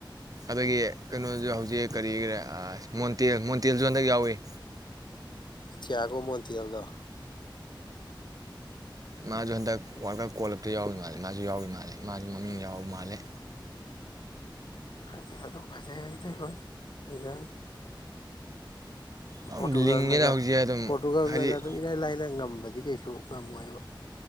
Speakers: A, on the right; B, on the left.
A: ꯑꯗꯒꯤ ꯀꯩꯅꯣꯁꯨ ꯍꯧꯖꯤꯛ ꯀꯔꯤꯒꯤꯔꯦ ꯃꯣꯟꯇꯦꯜ ꯃꯣꯟꯇꯦꯜꯁꯨ ꯍꯟꯗꯛ ꯌꯥꯎꯏꯤ
B: ꯆꯤꯌꯥꯒꯨꯝ ꯃ ꯊꯤꯦꯜꯗꯣ
A: ꯃꯥꯁꯨ ꯍꯟꯗꯛ ꯋꯥꯔꯜ ꯀꯞ ꯀꯣꯜꯂꯞꯇ ꯌꯥꯎꯏꯤ ꯃꯥꯜꯂꯦ ꯃꯥꯁꯨ ꯌꯥꯎꯏ ꯃꯥꯜꯂꯦ ꯃꯥꯁꯨ ꯃꯃꯤꯡ ꯌꯥꯎꯕ ꯃꯥꯜꯂꯦ
B: ꯍꯥꯏ ꯆꯦ ꯇꯣ ꯐꯖꯩ ꯍꯥꯏꯗꯂꯣ ꯂꯣꯏꯅ
A: ꯌꯥꯝ
B: ꯄꯣꯔꯇꯨꯒꯜꯅꯒ
A: ꯂꯤꯡꯉꯦꯗ ꯍꯧꯖꯤꯛ ꯑꯗꯨꯝ
B: ꯄꯣꯔꯇꯨꯒꯜꯅꯒꯥ
A: ꯍꯥꯏꯗꯤ
B: ꯑꯗꯨꯝ ꯏꯔꯥꯏ ꯂꯥꯏꯥ ꯉꯝꯕꯅꯤ ꯑꯗꯨ ꯀꯩꯁꯨ ꯌꯥꯝ ꯅꯨꯡꯉꯥꯏꯕ